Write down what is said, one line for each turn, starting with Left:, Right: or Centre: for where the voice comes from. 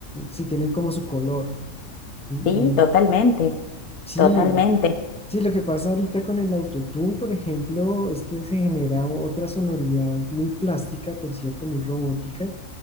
Centre: sí, tienen como su color. Y,
Left: sí, totalmente,
Centre: y sí,
Left: totalmente.
Centre: sí, lo que pasa ahorita con el autotune, por ejemplo, es que se genera otra sonoridad muy plástica, por cierto, muy robótica